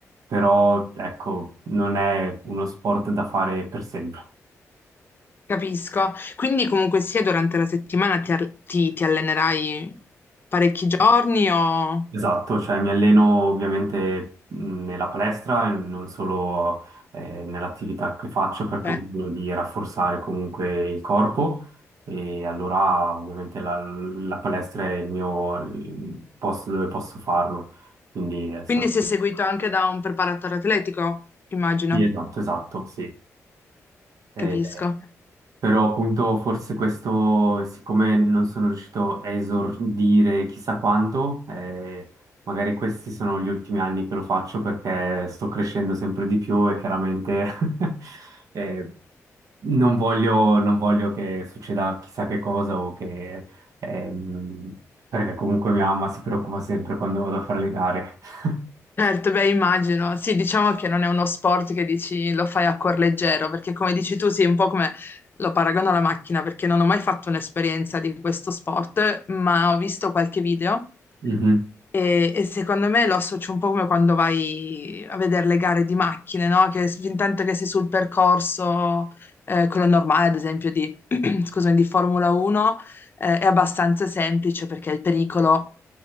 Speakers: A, on the right; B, on the left.
A: però ecco, non è uno sport da fare per sempre.
B: Capisco. Quindi comunque sia durante la settimana ti, al- ti- ti allenerai parecchi giorni o...
A: Esatto, cioè mi alleno ovviamente mh, nella palestra e non solo eh, nell'attività che faccio perché
B: Certo.
A: ho bisogno di rafforzare comunque il corpo e allora ovviamente la, la palestra è il mio il posto dove posso farlo. Quindi eh, sono...
B: Quindi sei seguito anche da un preparatore atletico, immagino.
A: Sì, esatto, esatto, sì. Eh,
B: Capisco.
A: Però appunto forse questo, siccome non sono riuscito a esordire chissà quanto, eh, magari questi sono gli ultimi anni che lo faccio perché sto crescendo sempre di più e chiaramente <laughs> eh, non voglio, non voglio che succeda chissà che cosa o che... ehm, perché comunque mia mamma si preoccupa sempre quando vado a fare le gare. <laughs>
B: Certo, beh, immagino. Sì, diciamo che non è uno sport che dici lo fai a cuor leggero, perché come dici tu, sì, un po' come lo paragono alla macchina, perché non ho mai fatto un'esperienza di questo sport, ma ho visto qualche video
A: Mhm.
B: e, e secondo me lo associo un po' come quando vai a vedere le gare di macchine, no? Che s- fin tanto che sei sul percorso, eh, quello normale, ad esempio, di, <clears throat> scusami, di Formula 1, eh, è abbastanza semplice perché il pericolo,